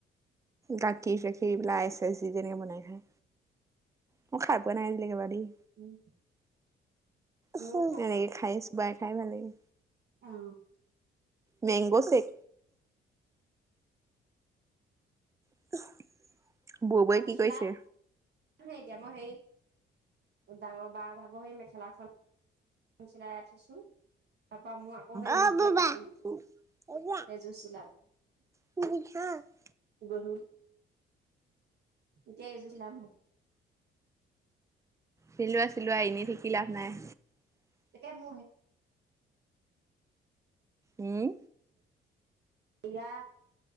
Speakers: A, on the right; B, on the right.
A: গাখীৰ চাখীৰ এইবিলক আইচ চাইচ দি পিনি বনায় খাই। মই খাই পোৱা নাই আজিলৈকে বাৰু দেই।
B: উম ময়ো
A: চব
B: খাই
A: এনেকে
B: পোৱা নাই
A: খাই চোবাই খাই ভাল লাগে।
B: অ'
A: মেংগ' চে'ক। <unintelligible> বৌৱে
B: <unintelligible>
A: কি কৰিছে?
B: এতিয়া মই সেই ডাঙ বা ভাগ সেই মেখেলাখন চিলাই ৰাখিছোঁ। তাৰ পৰা মোৰ আকৌ সেই
A: অ
B: হুত
A: বোবা
B: দিয়া কাপো-যো,
A: উম উম
B: সেইযোৰ চিলাম।
A: <unintelligible>
B: গধু, এতিয়া এইযো চিলাম।
A: চিলোৱা চিলোৱা, এনে থাকি লাভ নাই।
B: এতিয়া মোহে
A: উম।
B: এইয়া